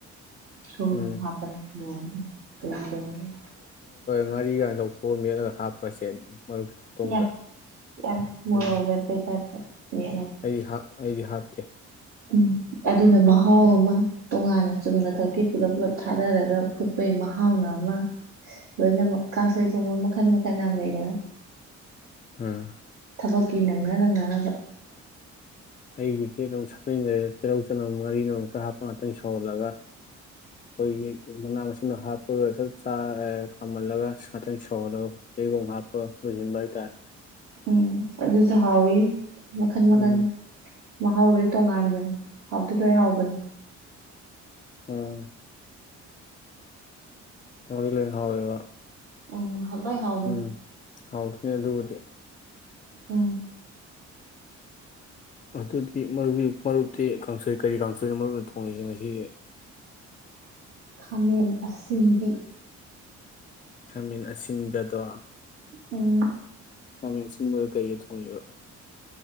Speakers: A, on the right (about 60°); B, on the left (about 25°).
A: ꯊ
B: ꯎꯝ
A: ꯍꯥꯄꯅꯤ ꯂꯣꯏꯔꯅꯤ ꯀꯔꯤ ꯇꯧꯔꯨꯅꯤ
B: ꯉꯥꯔꯤꯒꯥꯏꯅ ꯂꯧꯊꯣꯛꯑ ꯃꯦꯠꯂꯒ ꯍꯥꯞꯄ꯭ꯔꯁꯦ ꯃꯔꯨꯞꯀꯤ ꯈꯨꯇꯣꯡꯗ
A: ꯄꯤꯌꯥꯁ ꯄꯤꯌꯥꯁ ꯃꯣꯔꯣꯛ
B: ꯎꯝ
A: ꯃꯦꯠꯄꯩ ꯇꯥꯏꯞꯇ ꯃꯦꯠꯂꯅꯤ
B: ꯑꯩꯗꯤ ꯑꯩꯗꯤ ꯍꯥꯞꯇꯦ
A: ꯎꯝ ꯑꯗꯨꯅ ꯃꯍꯥꯎ ꯑꯃ ꯇꯣꯉꯥꯟꯅ ꯆꯨꯝꯅ ꯈꯛꯀꯤ ꯄꯨꯂꯞ ꯄꯨꯜꯂꯞ ꯊꯥꯗꯔꯒ ꯐꯨꯠ ꯇ ꯃꯍꯥꯎꯅꯥꯃ ꯂꯣꯏꯅꯃꯛ ꯀꯥꯡꯁꯩ ꯊꯣꯡꯕ ꯃꯈꯟ ꯃꯈꯜ ꯌꯥꯝ ꯂꯩꯒꯦꯔꯥ
B: ꯑꯝ
A: ꯀ ꯅꯉ ꯅ ꯉꯅ
B: ꯑꯩꯒꯤ ꯦꯠ ꯑꯃꯛ ꯁꯛꯟꯈ꯭ꯔꯦ ꯇꯤꯜꯍꯧ ꯆꯅꯧꯨꯛ ꯉꯥꯔꯤꯅ ꯑꯃꯨꯛꯁꯨ ꯍꯥꯞꯄ ꯉꯥꯛꯇꯪ ꯁꯧꯍꯜꯂꯒ ꯑꯩꯈꯣꯏꯒꯤ ꯂꯅꯥ ꯃꯁꯤꯡꯗꯣ ꯍꯥꯞꯄꯒꯁꯨ ꯆ ꯈꯥꯝꯍꯜꯂꯒ ꯉꯥꯛꯇꯪ ꯁꯧꯍꯜꯂꯒ ꯀꯩꯊꯩꯒꯛ ꯍꯥꯞꯄꯒ ꯂꯣꯏꯁꯤꯟꯕ ꯍꯥꯏꯇꯥꯔꯦ
A: ꯎꯝ ꯑꯗꯨ ꯑꯗꯨꯁꯨꯍꯥꯎꯋꯏ ꯃꯈꯟ ꯃꯈꯟ
B: ꯎꯝ
A: ꯃꯍꯥ ꯎꯔꯩ ꯇꯣꯡ ꯉꯥꯟꯗꯅꯤ ꯍꯥꯎꯗꯤ ꯂꯣꯏ ꯍꯥꯎꯒꯅꯤ
B: ꯎꯝ ꯃ ꯂꯩ ꯍ ꯋꯥ
A: ꯎꯝ ꯂꯣꯏ ꯍꯥꯎꯕꯅꯤ
B: ꯎꯝ ꯍꯥꯎꯁꯨꯅꯦ ꯑꯗꯨꯕꯨꯗꯤ
A: ꯑ
B: ꯑꯗꯨꯗꯤ ꯃꯔꯨ ꯃꯔꯨꯞꯇꯤ ꯀꯥꯡꯁꯣꯏ ꯀꯔꯤ ꯀꯥꯡꯁꯣꯏꯅꯣ ꯃꯔꯨꯞꯅ ꯊꯣꯡꯉꯤꯁꯤꯦ ꯉꯁꯤ
A: ꯈꯥꯃꯦꯟ ꯑꯁꯤꯟꯕꯤ
B: ꯈꯥꯃꯟ ꯑꯁꯤꯟꯕꯗꯣ
A: ꯎꯝ
B: ꯈꯃꯤꯁꯤꯕ ꯀꯩꯌꯦ ꯊꯣꯡꯉꯕ